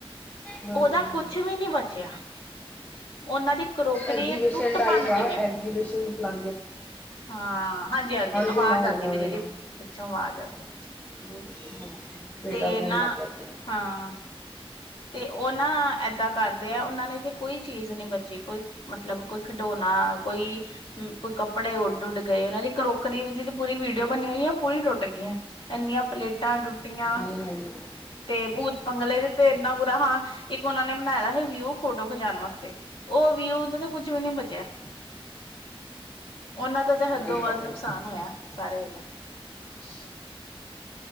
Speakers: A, on the left; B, on the left.
A: ਹਾਂ
B: ਉਹਦਾ
A: ਹਾਂ
B: ਕੁਛ ਵੀ ਨੀ ਬਚਿਆ ਉਹਨਾਂ ਦੀ ਕਰੋਕਰੀ
A: ਐਗਜੀਬਿਸ਼ਨ
B: ਟੁੱਟ
A: ਟਪ
B: ਬਣ
A: ਆ
B: ਗਈਆਂ
A: ਐਗਜੀਬਿਸਨ ਲ
B: ਹਾਂ ਹਾਂਜੀ-ਹਾਂਜੀ, ਅਵਾਜ਼
A: ਕਿੰਨਾ
B: ਆਦੀ
A: ਹੋ ਗਿਆ
B: ਵੀ
A: ਹੋਏਗਾ
B: ਦੀਦੀ ਪਿੱਛੋਂ ਆਵਾਜ਼ ਆਉਂਦੀ।
A: ਹਾਂ, ਬੇਟਾ
B: ਤੇ
A: ਰੋਣ
B: ਨਾ
A: ਲੱਗ ਗਿਆ ਸੀਗਾ
B: ਹਾਂ। ਤੇ ਉਹ ਨਾ ਏਦਾਂ ਕਰ ਆ ਉਹਨਾਂ ਨੇ ਤੇ ਕੋਈ ਚੀਜ਼ ਨੀ ਬਚੀ ਕੋਈ ਮਤਲਬ ਕੋਈ ਖਿਡੋਣਾ ਕੋਈ-ਕੋਈ ਕੱਪੜੇ ਉੱਡ-ਉੱਡ ਗਏ ਉਹਨਾਂ ਦੀ ਕਰੋਕਰੀ ਦੀ ਤੇ ਪੂਰੀ ਵੀਡੀਓ ਬਣੀ ਹੋਈ ਆ ਉਹ ਪੂਰੀ ਟੁੱਟ ਗਈ ਇੰਨੀਆਂ ਪਲੇਟਾਂ ਟੁੱਟ ਟੀਆਂ
A: ਹਾਏ ਹਾਏ ਹਮ,
B: ਤੇ ਭੂਤ ਪੰੰਗਲੇ ਜ ਤੇ ਇੰਨਾ ਪੂਰਾ ਹਾਂ ਇੱਕ ਉਹਨਾ ਨੇ ਬਣਾਇਆ ਦਾ ਸੀ ਵਿਊ ਫੋਟੋ ਖਿਚਾਉਣ ਵਾਸਤੇ ਉਹ ਵਿਊ ਦਾ ਤਾਂ ਕੁਛ ਵੀ ਨੀ ਬਚਿਆ। ਉਹਨਾਂ ਦਾ ਤੇ ਹੱਦੋ
A: ਮਾਈ
B: ਵੱਧ
A: ਗੋਡ
B: ਨੁਕਸਾਨ ਹੋਇਆ ਸਾਰੇ ਨੂੰ। ਅ।